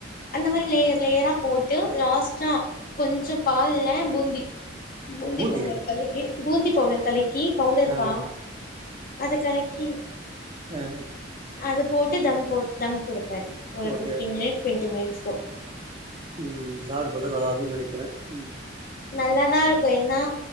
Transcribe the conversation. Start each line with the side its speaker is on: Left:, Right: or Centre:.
Left: அந்த மாரி லேயர் லேயரா போட்டு லாஸ்ட்டா கொஞ்சோ பால்ல பூந்தி பூந்தி
Right: பூந்தியா
Left: பவுடர் கலக்கி பூந்தி பவுடர் கல கி பவுடர்பா
Right: ஆ
Left: அதுக்கலக்கி
Right: அ அ
Left: அது போட்டு தம்போட் தம் குடுப்பே ஒரு
Right: ஓகே
Left: ஃபிஃப்டீன் மினிட் டுவெண்ட்டி மினிட்ஸ்க்கு
Right: ம் ம் சாப்ட்டு பாத்தா நல்லா இருக்குன் நெனக்கிறே ம்.
Left: நல்லாதா இருக்கு ஏன்னா